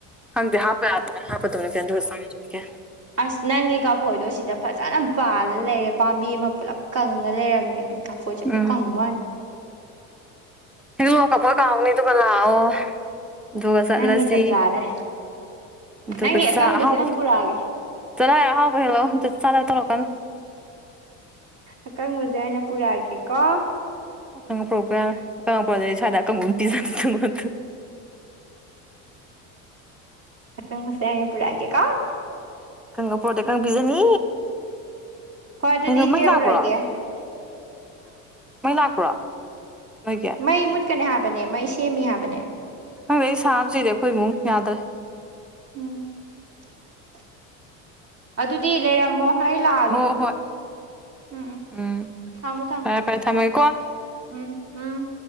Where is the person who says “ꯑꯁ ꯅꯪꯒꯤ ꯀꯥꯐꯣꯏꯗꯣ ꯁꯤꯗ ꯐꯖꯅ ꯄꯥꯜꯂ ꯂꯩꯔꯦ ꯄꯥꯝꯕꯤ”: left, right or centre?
Right